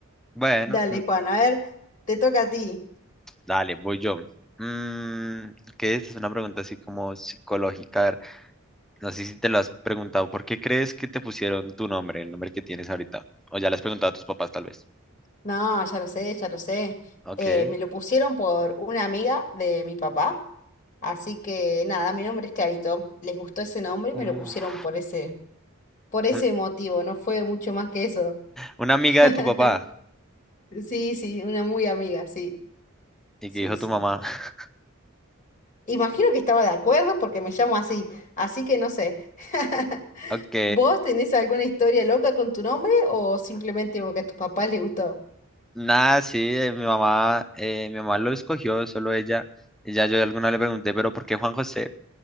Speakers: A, in the centre; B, on the left.
A: Bueno,
B: Dale, Juan, a ver, te toca a ti.
A: Dale, voy yo. Mm, ¿qué es? Es una pregunta así como psicológica. A ver, no sé si te lo has preguntado. ¿Por qué crees que te pusieron tu nombre, el nombre que tienes ahorita? O ya le has preguntado a tus papás, tal vez.
B: No, ya lo sé, ya lo sé.
A: Ok.
B: Eh, me lo pusieron por una amiga de mi papá. Así que nada, mi nombre es Clarito. Les gustó ese nombre y
A: Uf.
B: me lo pusieron por ese, por ese
A: Un-
B: motivo. No fue mucho más que eso.
A: una amiga
B: <laughs>
A: de tu papá
B: Sí, sí, una muy amiga, sí,
A: y
B: sí,
A: que dijo
B: sí.
A: tu mamá. <laughs>
B: Imagino que estaba de acuerdo porque me llamo así, así que no sé. <laughs>
A: Ok.
B: ¿Vos tenés alguna historia loca con tu nombre o simplemente porque a tus papás les gustó?
A: Nada, sí, eh, mi mamá, eh, mi mamá lo escogió, solo ella. Y ya yo alguna le pregunté, pero ¿por qué Juan José?